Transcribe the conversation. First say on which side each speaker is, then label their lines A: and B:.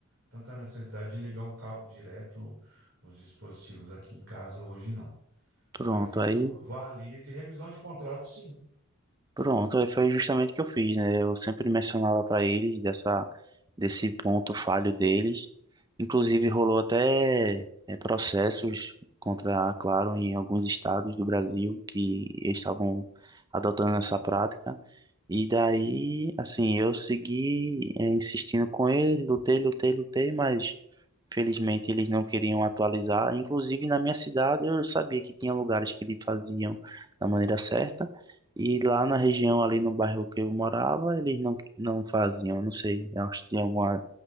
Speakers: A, on the right; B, on the right.
A: tanta necessidade de ligar um cabo direto nos dispositivos aqui em casa hoje, não.
B: pronto,
A: Mas isso
B: aí,
A: valia de revisão de contrato, sim.
B: pronto, aí foi justamente o que eu fiz, né? Eu sempre mencionava para eles dessa desse ponto falho deles. Inclusive, rolou até é, processos contra a Claro em alguns estados do Brasil que estavam adotando essa prática. E daí, assim, eu segui eh, insistindo com eles, lutei, lutei, lutei, mas felizmente eles não queriam atualizar. Inclusive na minha cidade eu sabia que tinha lugares que eles faziam da maneira certa, e lá na região, ali no bairro que eu morava, eles não, não faziam. Eu Não sei, eu acho que tinha alguma